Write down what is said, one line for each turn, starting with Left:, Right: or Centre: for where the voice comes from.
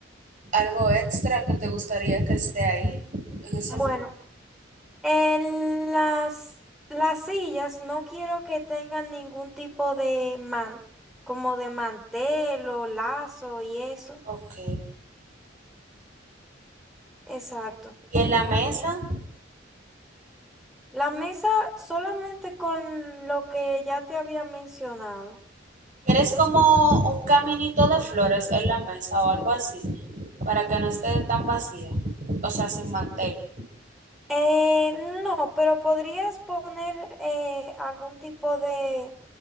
Right: algo extra que te gustaría que esté ahí en ese
Centre: Bueno,
Right: momento.
Centre: en las, las sillas no quiero que tengan ningún tipo de man, como de mantel o lazo y eso.
Right: Ok.
Centre: Exacto.
Right: ¿Y en la mesa?
Centre: La mesa solamente con lo que ya te había mencionado.
Right: ¿Quieres como un caminito de flores en la mesa o algo así? Para que no esté tan vacía. O sea, sin mantel.
Centre: Eh, no, pero podrías poner eh, algún tipo de